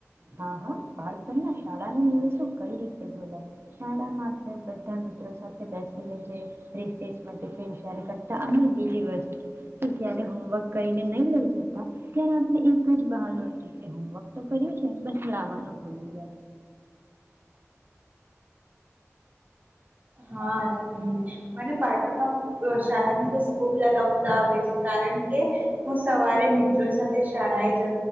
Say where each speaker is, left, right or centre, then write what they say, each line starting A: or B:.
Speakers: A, on the right; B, on the right.
A: હા, હા, બાળપણમા શાળા ના દિવસ તો કઈ રીતે ભુલાય શાળામાં આપણે બધા મિત્રો સાથે બેસીને જે રિસેસમા ટિફિન શેર કરતા અને બીજી વસ્તુ કે જયારે હોમવર્ક કરીને નહી લઈ જતા ત્યારે આપણે એક જ બહાનું હતું કે હોમવર્ક તો કર્યો જ બુક લાવાનું ભુલી જાય
B: હાહાચી કહી, મને બાળપણમાં શાળાની બસ ખૂબ યાદ આવતા આવે છે, કારણ કે હું સવારે મિત્રો સાથે શાળાએ જ